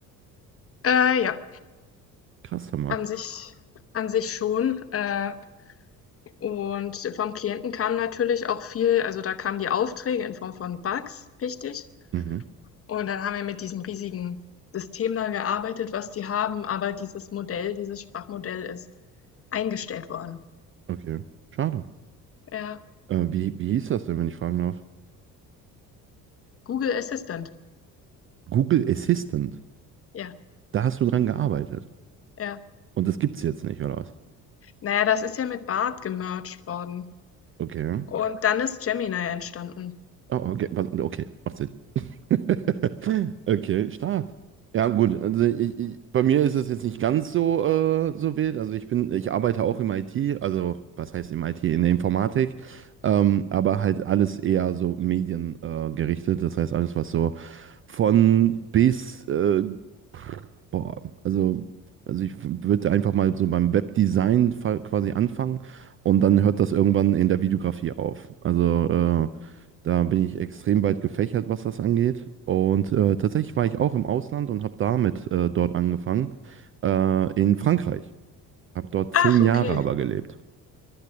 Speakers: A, on the left (about 30°); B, on the right (about 25°).
A: Äh, ja,
B: Krass, Hammer.
A: an sich an sich schon. Äh, und vom Klienten kam natürlich auch viel also, da kamen die Aufträge in Form von Bugs, richtig.
B: Mhm.
A: Und dann haben wir mit diesem riesigen System da gearbeitet, was die haben. Aber dieses Modell, dieses Sprachmodell ist Eingestellt worden.
B: Okay, schade.
A: Ja.
B: Äh, wie, wie hieß das denn, wenn ich fragen darf?
A: Google Assistant.
B: Google Assistant.
A: Ja,
B: Da hast du dran gearbeitet.
A: ja.
B: Und das gibt's jetzt nicht, oder was?
A: Naja, das ist ja mit Bard gemerged worden
B: Okay.
A: und dann ist Gemini entstanden.
B: Oh, okay, was- okay, macht Sinn. <laughs> Okay, stark. Ja, gut. Also ich, ich, bei mir ist es jetzt nicht ganz so, äh, so wild. Also ich bin, ich arbeite auch im IT, also was heißt im IT, in der Informatik, ähm, aber halt alles eher so mediengerichtet. Äh, gerichtet. das heißt alles, was so von bis äh, Boah, also, also ich würde einfach mal so beim Webdesign fa- quasi anfangen und dann hört das irgendwann in der Videografie auf. Also äh, da bin ich extrem weit gefächert, was das angeht. Und äh, tatsächlich war ich auch im Ausland und habe damit äh, dort angefangen, äh, in Frankreich. Habe dort
A: Ach,
B: zehn Jahre
A: okay.
B: aber gelebt.